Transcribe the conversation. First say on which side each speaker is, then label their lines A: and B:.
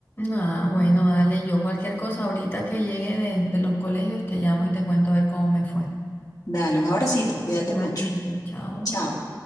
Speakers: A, on the left; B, on the left.
A: Ah, bueno, dale, yo cualquier cosa ahorita que llegue de, de los colegios te llamo y te cuento a ver cómo me fue.
B: Dale un abracito, cuídate
A: Igualmente.
B: mucho.
A: Chao.
B: Chao.